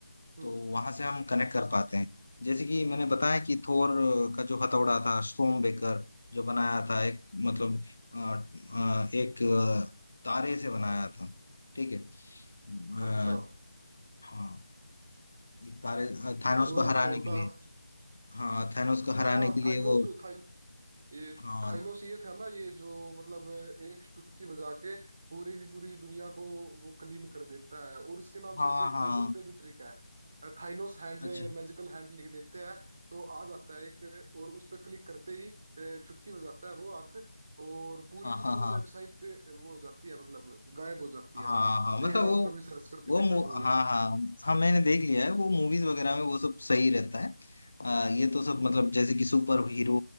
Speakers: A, on the right; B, on the left.
A: हम्म
B: तो वहां से हम कनेक्ट कर पाते हैं जैसे कि मैंने बताया कि थोर का जो हथौड़ा था स्टॉर्म बेकर जो बनाया था एक मतलब अ, अ, एक अ, तारे से बनाया था ठीक है अ,
A: अच्छा
B: हाँ एक तारे थानोस
A: जो
B: को हराने
A: थोर
B: के
A: का
B: लिए हाँ थानोस को
A: हाँ
B: हराने
A: हाँ
B: के लिए
A: थाइनोस
B: वो
A: ये
B: हाँ
A: थाइनोस ये था ना ये जो मतलब एक चुटकी बजा के पूरे की पूरी दुनिया को वो क्लीन कर देता है और इसके नाम
B: हाँ
A: से तो एक
B: हाँ
A: गूगल पे भी ट्रिक है थाइनोस हैंड
B: अच्छा
A: मैजिकल हैंड लिख देते हैं तो आ जाता है एक और उस पर क्लिक करते ही अ, चुटकी बजाता है वो हाथ और पूरी
B: हाँ
A: की
B: हाँ
A: पूरी
B: हाँ
A: वेबसाइट वो हो जाती है मतलब गायब हो जाती
B: हाँ
A: है
B: हाँ हाँ,
A: देखना
B: मतलब वो
A: आप कभी सर्च करके
B: वो
A: देखना
B: मु
A: गूगल
B: हाँ
A: पे
B: हाँ हाँ मैंने देख लिया है वो मूवीज वगैरह में वो सब सही रहता है आ, ये तो सब मतलब जैसे कि सुपर हीरो